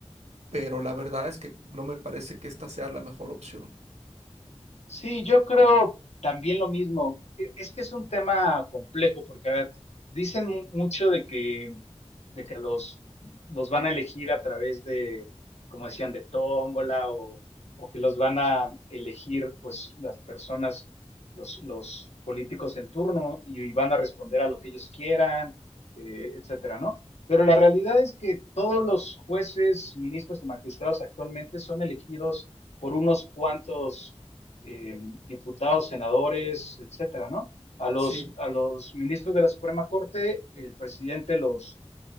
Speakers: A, on the right; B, on the left.
A: pero la verdad es que no me parece que esta sea la mejor opción.
B: Sí, yo creo también lo mismo. E- Es que es un tema complejo porque, a ver, dicen mu- mucho de que, de que los, los van a elegir a través de, como decían, de tómbola o, o que los van a elegir, pues, las personas, los, los políticos en turno y, y van a responder a lo que ellos quieran, eh, etcétera, ¿no? Pero la realidad es que todos los jueces, ministros y magistrados actualmente son elegidos por unos cuantos eh, diputados, senadores, etcétera, ¿no? A los,
A: Sí,
B: a los ministros de la Suprema Corte, el presidente los